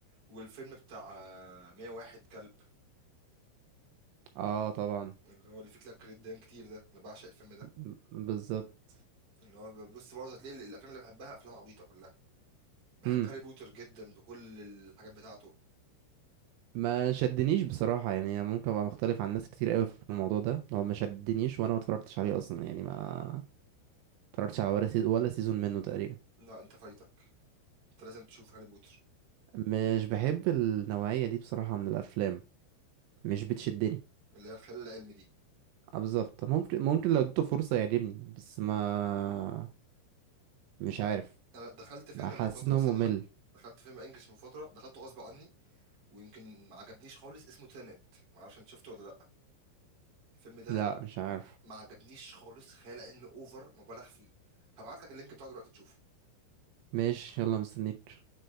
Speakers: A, on the right (about 35°); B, on the right (about 85°).
A: والفيلم بتاع آه، 101 كلب
B: اه طبعا
A: اللي هو اللي فيه كلاب كريدان كتير ده أنا بعشق الفيلم ده
B: ب- بالظبط
A: إن هو بص برضه هتلاقي الأفلام اللي بحبها أفلام عبيطة كلها بحب
B: امم
A: هاري بوتر جدا بكل الحاجات بتاعته
B: ما شدنيش بصراحة يعني ممكن ابقى مختلف عن ناس كتير قوي في الموضوع ده هو ما شدنيش وانا ما اتفرجتش عليه اصلا يعني ما اتفرجتش على ولا سيزون ولا سيزون منه تقريبا
A: لا أنت فايتك أنت لازم تشوف هاري بوتر
B: مش بحب النوعية دي بصراحة من الافلام مش بتشدني
A: اللي هي الخيال العلمي دي
B: آه، بالظبط ممكن ممكن لو اديته فرصة يعجبني بس ما مش عارف
A: انا دخلت فيلم من
B: حسيت
A: فتره
B: ان هو
A: سينما
B: ممل
A: دخلت فيلم انجلش من فتره دخلته غصب عني ويمكن ما عجبنيش خالص اسمه تينت ما اعرفش انت شفته ولا لا الفيلم ده
B: لا مش عارف
A: ما عجبنيش خالص خيال علمي اوفر مبالغ فيه هبعت لك اللينك بتاعه دلوقتي تشوفه
B: ماشي يلا مستنيك